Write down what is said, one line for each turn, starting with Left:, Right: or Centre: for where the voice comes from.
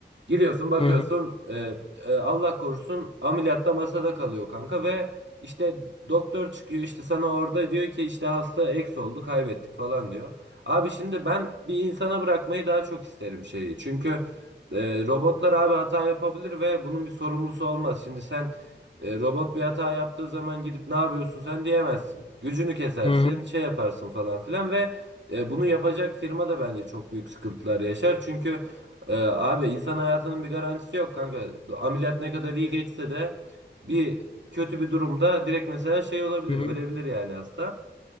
Right: Giriyorsun bakıyorsun
Left: Hı hı
Right: e, e, Allah korusun ameliyatta masada kalıyor kanka ve işte doktor çıkıyor işte sana orada diyor ki işte hasta eks oldu kaybettik falan diyor. Abi şimdi ben bir insana bırakmayı daha çok isterim şeyi. Çünkü e, robotlar abi hata yapabilir ve bunun bir sorumlusu olmaz. Şimdi sen e, robot bir hata yaptığı zaman gidip ne yapıyorsun sen diyemezsin. Gücünü kesersin,
Left: hı hı
Right: şey yaparsın falan filan ve e, bunu yapacak firma da bence çok büyük sıkıntılar yaşar. Çünkü ee, abi insan hayatının bir garantisi yok kanka. Ameliyat ne kadar iyi geçse de bir kötü bir durumda direkt mesela şey olabilir,
Left: hı hı.
Right: ölebilir yani hasta.